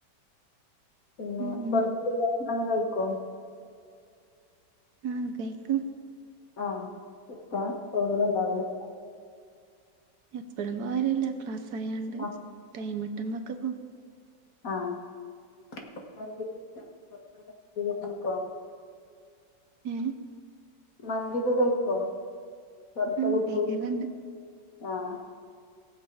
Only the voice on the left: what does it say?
പിന്നെ
ഇപ്പട്ത് ഭക്ഷണ കഴിക്കോ
ആഹ് ഇപ്പോ പോകല് ണ്ടാവില്ല
ആ
ആഹ് <unintelligible> ക്കോ
മന്തിക്കെ കഴിക്കോ പുറത്ക്കെ
പോയി ആഹ്